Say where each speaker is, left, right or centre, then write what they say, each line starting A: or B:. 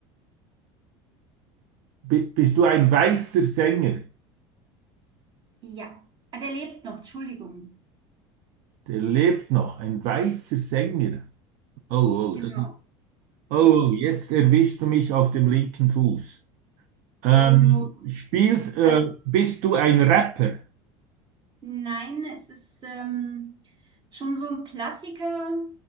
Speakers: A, on the right; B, on the right.
A: Bi- bist du ein weißer Sänger?
B: ja. Ah, der lebt noch, Entschuldigung.
A: Der lebt noch. Ein weißer Sänger. Oh,
B: Genau.
A: oh, das, oh,
B: Und
A: oh, jetzt erwischst du mich auf dem linken Fuß.
B: so.
A: Ähm, spielst, äh,
B: Also
A: bist du ein Rapper?
B: nein, es ist ähm, schon so ein Klassiker,